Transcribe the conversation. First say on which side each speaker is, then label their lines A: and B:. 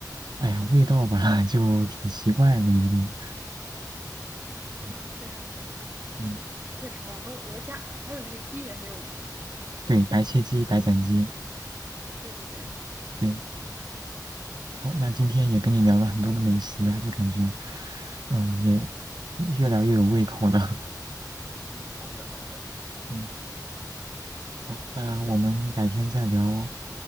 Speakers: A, on the right; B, on the right.
A: 哎呀，味道吧 <laughs> 就挺奇怪的，有点。
B: 啊，
A: 嗯
B: 这样子
A: 嗯，
B: 确实广东鹅架呃还有那个鸡也很有名啊，
A: 对，白切鸡、白斩鸡，
B: 对对对，
A: 对。好，那今天也跟你聊了很多的美食啊，就感觉，嗯，也越聊越有胃口了。
B: 嗯，好的好的，
A: <laughs> 嗯，好，那我们改天再聊